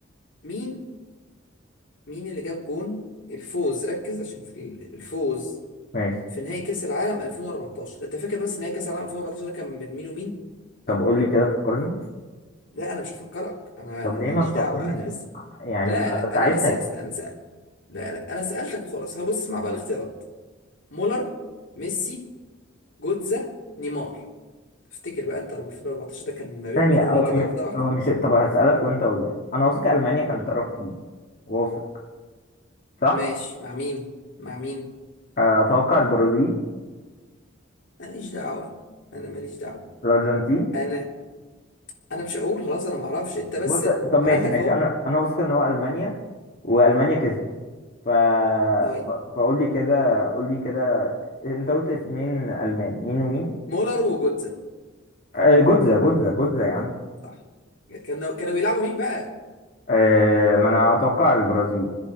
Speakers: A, on the left; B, on the left.
A: مين مين اللي جاب جون الفوز ركز عشان في ال- الفوز
B: ماشي
A: في نهائي كاس العالم 2014 انت فاكر بس نهائي كاس العالم 2014 ده كان من مين ومين
B: طب قول لي كده فكرني
A: لا انا مش هفكرك انا
B: طب
A: انا
B: ليه
A: ماليش
B: ما تفكرني
A: دعوه انا بس
B: يعني
A: لا
B: ما انا
A: لا
B: بساعدتك
A: انا بس هسأل لا لا انا سألتك وخلاص هبص اسمع بقى الاختيارات مولر ميسي جوتزا نيمار تفتكر بقى انت 2014 ده كان ما بين
B: ثانية
A: مين ومين
B: هو
A: كده
B: م...
A: واحدة واحدة
B: هو مش طب هسألك وانت قول لي انا واثق المانيا كان
A: مم.
B: طرف فيه واثق صح
A: ماشي مع مين مع مين
B: آه، اتوقع البرازيل
A: انا ماليش دعوة انا ماليش دعوة
B: الارجنتين
A: انا انا مش هقول خلاص انا ما اعرفش انت بس
B: بص طب
A: ما
B: ماشي
A: عندك
B: ماشي
A: اهو
B: انا انا واثق ان هو المانيا والمانيا كسبت ف...
A: طيب
B: ف... فقول لي كده قول لي كده انت قلت اسمين المان مين ومين
A: مولر وجوتزا
B: آه، جوتزا جوتزا جوتزا يا عم
A: صح كانوا كانوا بيلعبوا مين بقى
B: آه، ما انا اتوقع البرازيل